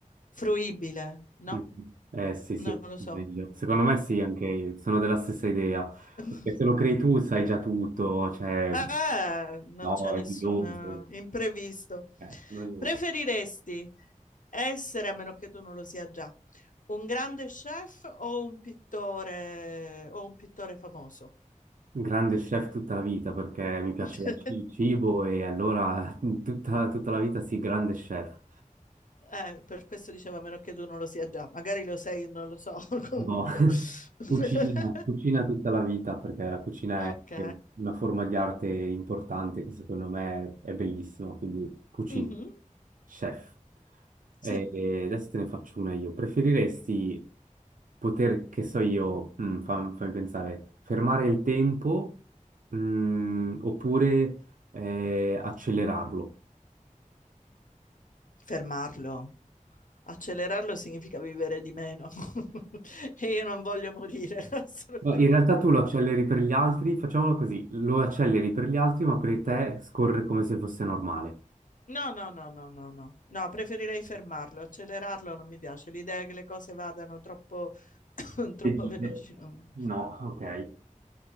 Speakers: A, on the left; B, on the right.
A: fruibile, no?
B: Mm. Eh sì,
A: Non
B: sì,
A: lo so.
B: meglio. Secondo me sì, anche sono della stessa idea,
A: <laughs>
B: perché se lo crei tu sai già tutto, cioè,
A: Ah, non
B: no,
A: c'è nessun
B: è noioso,
A: imprevisto.
B: Eh, noioso.
A: Preferiresti essere, a meno che tu non lo sia già, un grande chef o un pittore o un pittore famoso?
B: Grande chef tutta la vita, perché mi piace
A: <laughs>
B: la- il cibo e allora <laughs> tutta, tutta la vita sì, grande chef.
A: Eh, per questo dicevo, a meno che tu non lo sia già, magari lo sei, non lo so, <laughs> comunque.
B: No.
A: <laughs>
B: Cucina, cucina tutta la vita perché la cucina
A: Ok.
B: è una forma di arte importante che secondo me è bellissima, quindi cucina,
A: Mhm.
B: chef. E
A: Sì,
B: e adesso te ne faccio una io. Preferiresti poter, che so io, mm, fam- fammi pensare, fermare il tempo, mm, oppure eh, accelerarlo?
A: fermarlo. accelerarlo significa vivere di meno <laughs> e io non voglio morire <laughs> assolutamente.
B: No, in realtà tu lo acceleri per gli altri, facciamolo così, lo acceleri per gli altri, ma per te scorre come se fosse normale.
A: No, no, no, no, no, no, no, preferirei fermarlo, accelerarlo non mi piace, l'idea che le cose vadano troppo, <coughs> troppo
B: Le dite?
A: veloci. non-
B: No, ok. Eh,